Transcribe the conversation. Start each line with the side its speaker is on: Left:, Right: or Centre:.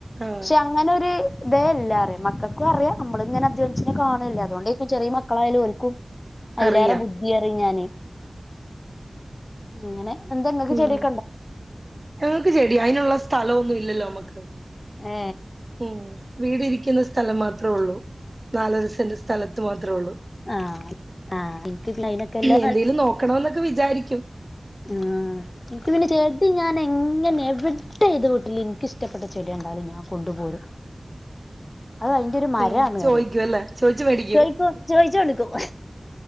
Right: ആഹ്
Left: ക്ഷെ അങ്ങനൊര്. തേല്ലാറിയ മക്കക്കു അറിയ അമ്മള് ഇങ്ങനെ അധ്വനിച്ച്ണ കാണല്ലെ അതുകൊണ്ടേക്കും ചെറിയ മക്കളായാലും ഓൽക്കും. അയ്ലേറെ
Right: അറിയാം
Left: ബുദ്ധിയാറിം ഞാനെ അങ്ങനെ എന്താങ്ങക്ക്
Right: ഉം
Left: ചെടിയൊ
Right: ഞങ്ങക്ക് ചെടി അയ്നൊള്ള സ്ഥലൊന്നും ഇല്ലല്ലോ മ്മക്ക്.
Left: ഏ
Right: ഉം വീട് ഇരിക്കുന്ന സ്ഥലം മാത്രേ ഒള്ളൂ നാലര സെന്റ് സ്ഥലത്ത് മാത്രേ ഉള്ളു.
Left: ആഹ് എനിക്ക് അയിനൊക്കെല്ല
Right: എന്തെലും നോക്കണൊന്നൊക്കെ വിജാരിക്കും.
Left: ആ ഇൻക്ക് പിന്നെ ചെടി ഞാൻ എങ്ങനെ. എവിടെ ഏത് ട്ടിലും എനിക്ക് ഇഷ്ടപ്പെട്ട ചെടി കണ്ടാലും ഞാൻ കൊണ്ടുപോരും. അത് അയിന്റൊരു മരാണ്
Right: ഉം ചോദിക്കും
Left: പറിം.
Right: അല്ലേ ചോദിച്ചു മേടിക്കും
Left: ചോയ്ക്കും ചോയിച്ചോണ്ട്ക്കും